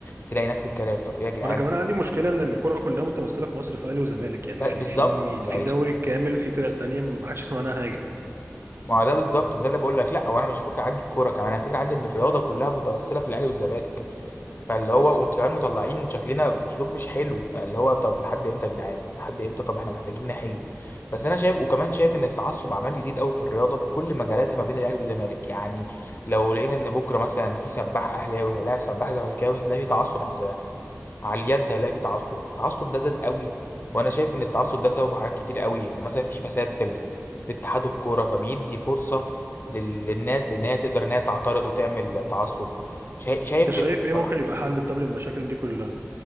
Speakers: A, on the left (about 45°); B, on the right (about 55°).
A: تلاقي نفس الكلام طب ايه يا جدعان
B: وانا كمان عندي مشكله ان الكره كلها متمثله في مصر في اهلي وزمالك يعني
A: ب-
B: في
A: بالظبط
B: في في
A: يعني
B: دوري كامل في فرق تانية ما حدش يسمع عنها حاجه
A: ما هو ده بالظبط ده اللي بقول لك لا وانا مش فكره عندي الكوره كمان انا فكره عندي ان الرياضه كلها متوصله في الاهلي والزمالك فاللي هو وانتوا كمان مطلعين شكلنا اسلوب مش حلو فاللي هو طب لحد امتى يا جدعان لحد امتى طب احنا محتاجين نحل بس انا شايف وكمان شايف ان التعصب عمال يزيد قوي في الرياضه في كل مجالاتها ما بين الاهلي والزمالك يعني لو لقينا ان بكره مثلا في سباح اهلاوي هيلاعب سباح زملكاوي هتلاقي في تعصب على السباح على اليد هيلاقي في تعصب فالتعصب ده زاد قوي وانا شايف ان التعصب ده سببه حاجات كتير قوي ان مثلا في فساد في ال... في اتحاد الكوره فبيدي فرصه لل... للناس ان هي تقدر ان هي تعترض وتعمل تعصب شايف شايف
B: انت شايف
A: إن-
B: ايه
A: بصراحه
B: ممكن يبقى حل طب للمشاكل دي كلها